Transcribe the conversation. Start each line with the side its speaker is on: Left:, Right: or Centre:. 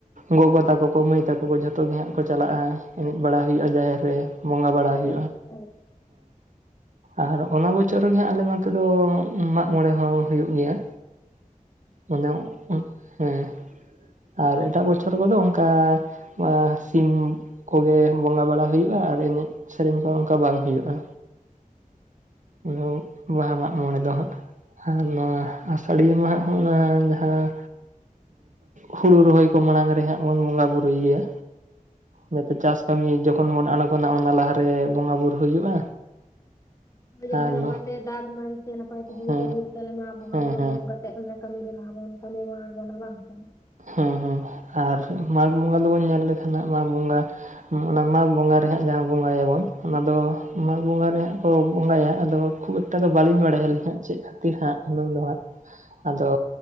Right: ᱜᱚᱜᱚ ᱛᱟᱠᱚ ᱠᱚ ᱢᱟᱹᱭ ᱛᱟᱠᱚ ᱠᱚ ᱡᱚᱛᱚ ᱜᱮ ᱦᱟᱸᱜ ᱠᱚ ᱪᱟᱞᱟᱜ-ᱟ ᱮᱱᱮᱡ ᱵᱟᱲᱟ ᱦᱩᱭᱩᱜ-ᱟ ᱡᱟᱦᱮᱨ ᱨᱮ᱾ ᱵᱚᱸᱜᱟ ᱵᱟᱲᱟ
Left: ᱦᱳᱭ
Right: ᱦᱩᱭᱩᱜ-ᱟ᱾
Left: <inaudible>
Right: ᱟᱨ ᱚᱱᱟ ᱵᱚᱪᱷᱚᱨ ᱨᱮᱜᱮ ᱦᱟᱸᱜ ᱟᱞᱮ ᱱᱚᱛᱮ ᱫᱚ ᱢᱟᱜ ᱢᱚᱬᱮ ᱦᱚᱸ ᱦᱩᱭᱩᱜ ᱜᱮᱭᱟ᱾ ᱢᱟᱱᱮ
Left: ᱦᱳᱭ
Right: ᱚᱸ ᱦᱮᱸ᱾ ᱟᱨ ᱮᱴᱟᱜ ᱵᱚᱪᱷᱚᱨ ᱠᱚᱫᱚ ᱚᱱᱠᱟ ᱟ ᱥᱤᱢ ᱠᱚᱜᱮ ᱵᱚᱸᱜᱟ ᱵᱟᱲᱟ ᱦᱩᱭᱩᱜᱼᱟ ᱟᱨ ᱮᱱᱮᱡ ᱥᱮᱨᱮᱧ ᱠᱚ ᱚᱱᱠᱟ ᱵᱟᱝ ᱦᱩᱭᱩᱜᱼᱟ᱾ ᱚᱱᱟ ᱵᱟᱦᱟ ᱢᱟᱜ ᱢᱚᱬᱮ ᱫᱚ ᱦᱟᱸᱜ ᱟᱨ ᱱᱚᱣᱟ ᱟᱥᱟᱲᱤᱭᱟᱹ ᱢᱟᱦᱟᱜ ᱦᱚᱸ ᱚᱱᱟ ᱡᱟᱦᱟᱸ ᱦᱩᱲᱩ ᱨᱚᱦᱚᱭ ᱠᱚ ᱢᱟᱲᱟᱝ ᱨᱮᱦᱟᱸᱜ ᱵᱚᱱ ᱵᱚᱸᱜᱟ ᱵᱩᱨᱩᱭ ᱤᱭᱟ᱾ ᱡᱟᱛᱮ
Left: ᱦᱳᱭ
Right: ᱪᱟᱥ
Left: ᱦᱳᱭ
Right: ᱠᱟᱹᱢᱤ ᱡᱚᱠᱷᱚᱱ ᱵᱚᱱ ᱟᱬᱜᱚᱱᱟ ᱚᱱᱟ ᱞᱟᱦᱟᱨᱮ ᱵᱚᱸᱜᱟ ᱵᱩᱨᱩ ᱦᱩᱭᱩᱜᱼᱟ᱾
Left: ᱦᱳᱭ ᱡᱟᱛᱮ
Right: ᱟᱨ
Left: ᱛᱮ ᱱᱟᱯᱟᱭ
Right: ᱱᱚᱣᱟ
Left: ᱛᱮ ᱫᱟᱜ ᱢᱟᱭ ᱥᱮ ᱱᱟᱯᱟᱭ ᱠᱚ ᱦᱩᱲᱩ
Right: ᱦᱮᱸ
Left: ᱠᱚ ᱦᱩᱭᱩᱜ ᱛᱟᱞᱮ ᱢᱟ ᱵᱚᱸᱜᱟ
Right: ᱦᱮᱸ
Left: ᱵᱩᱨᱩ
Right: ᱦᱮᱸ
Left: ᱧᱩᱢ ᱠᱟ ᱛᱮᱜ ᱚᱱᱟ ᱠᱟᱹᱢᱤ ᱨᱮ ᱞᱟᱦᱟ ᱵᱚᱱ ᱠᱟᱹᱢᱤ ᱢᱟ ᱟᱬᱵᱚᱱᱟ ᱵᱟᱝ ᱥᱮ
Right: ᱦᱮᱸ ᱦᱮᱸ ᱟᱨ ᱢᱟᱜᱽ ᱵᱚᱸᱜᱟ ᱫᱚᱵᱚᱱ ᱧᱮᱞ ᱞᱮᱠᱷᱟᱱ ᱢᱟᱜᱽ ᱵᱚᱸᱜᱟ ᱚᱱᱟ ᱢᱟᱜᱽ ᱵᱚᱸᱜᱟ ᱨᱮ ᱦᱟᱸᱜ ᱡᱟᱦᱟᱸ ᱵᱚᱸᱜᱟᱭᱟᱵᱚᱱ ᱚᱱᱟ ᱫᱚ ᱢᱟᱜᱽ ᱵᱚᱸᱜᱟ ᱨᱮ ᱦᱟᱸᱜ ᱠᱚ ᱵᱚᱸᱜᱟᱭᱟ᱾ ᱟᱫᱚ ᱠᱷᱩᱵ ᱮᱠᱴᱟ ᱫᱚ ᱵᱟᱹᱞᱤᱧ ᱵᱟᱲᱟᱭᱟᱞᱤᱧ ᱦᱟᱸᱜ ᱪᱮᱫ ᱠᱷᱟᱹᱛᱤᱨ ᱦᱟᱸᱜ ᱦᱩᱱᱟᱹᱝ ᱫᱚ ᱦᱟᱸᱜ, ᱟᱫᱚ